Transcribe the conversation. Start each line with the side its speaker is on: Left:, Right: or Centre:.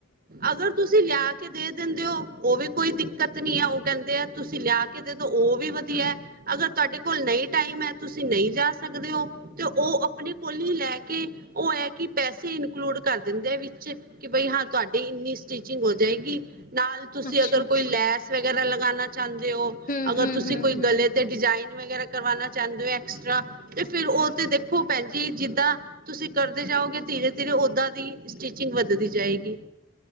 Right: ਅਗਰ ਤੁਸੀਂ ਲਿਆ ਕੇ ਦੇ ਦਿੰਦੇ ਹੋ ਉਹ ਵੀ ਕੋਈ ਦਿੱਕਤ ਨੀ ਹੈ ਉਹ ਕਹਿੰਦੇ ਆ ਤੁਸੀਂ ਲਿਆ ਕੇ। ਕਹਿੰਦੇ ਤੇ ਉਹ ਵੀ ਵਧੀਆ। ਅਗਰ ਤੁਹਾਡੇ ਕੋਲ ਨਹੀਂ ਟਾਈਮ ਹੈ ਤੁਸੀਂ ਨਹੀਂ ਜਾ ਸਕਦੇ ਹੋ ਤੇ ਉਹ ਆਪਣੇ ਕੋਲ ਹੀ ਲੈ ਕੇ ਉਹ ਹੈ ਕਿ ਪੈਸੇ ਇਨਕਲੂਡ ਕਰ ਦਿੰਦੇ ਵਿੱਚ ਕਿ ਬਈ ਹਾਂ। ਤੁਹਾਡੀ ਇੰਨੀ ਸਟਿਚਿੰਗ ਹੋ ਜਾਏਗੀ। ਨਾਲ ਤੁਸੀਂ
Left: ਅੱਛਾ-ਅੱਛਾ,
Right: ਅਗਰ ਕੋਈ ਲੈਸ ਵਗੈਰਾ ਲਗਾਣਾ? ਚਾਹੁੰਦੇ ਹੋ
Left: ਹੂੰ-ਹੂੰ,
Right: ਅਗਰ ਤੁਸੀਂ
Left: ਹੂੰ-ਹੂੰ।
Right: ਕੋਈ ਗਲੇ ਤੇ ਡਿਜ਼ਾਇਨ? ਵਗੈਰਾ ਕਰਵਾਣਾ ਚਾਹੁੰਦੇ ਹੋ ਐਕਸਟਰਾ ਤੇ ਫਿਰ ਉਹ ਤੇ ਦੇਖੋ ਭੈਣਜੀ ਜਿਦਾਂ ਤੁਸੀਂ ਕਰਦੇ ਜਾਓਗੇ ਧੀਰੇ ਧੀਰੇ ਉਦਾਂ ਦੀ ਸਟਿਚਿੰਗ ਵੱਧਦੀ ਜਾਏਗੀ।